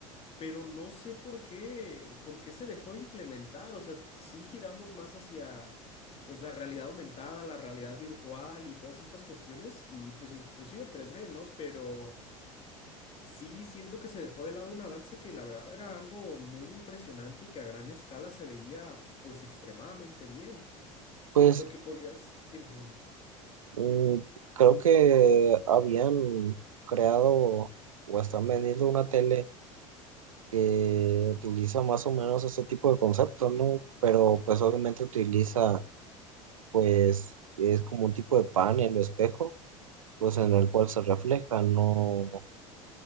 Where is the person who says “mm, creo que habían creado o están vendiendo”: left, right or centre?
Right